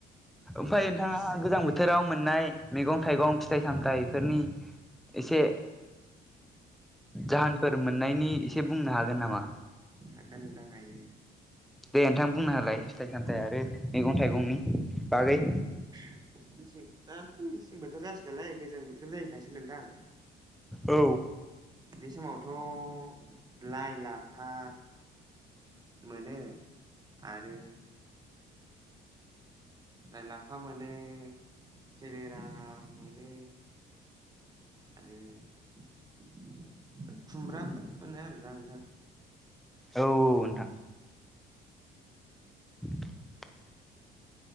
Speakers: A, in the centre; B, on the right.
A: ओमफाय नोंथाङा
B: खुसेर
A: गोजां बोथोराव मोननाय मैगं थाइगं फिथाइ सामथाइफोरनि एसे जाहोनफोर मोननायनि एसे बुंनो हागोन नामा?
B: हागोन नोंथां हायो।
A: दे नोंथां बुंना होलाय फिथाइ सामथाइ आरो मैगं थाइगंनि बागै।
B: <unintelligible> दाथ' मेसें बोथोर जासै नालाय गोजां बोथोर जाहैखासै नोंथां।
A: औ।
B: बे समावथ' लाइ, लाफा मोनो आरो लाइ, लाफा मोनो केेलेरा मोनो। आरो बेफोर खुमब्राफोर मोनो आरोना नोंथां।
A: औ-औ नोंथां। <inaudible>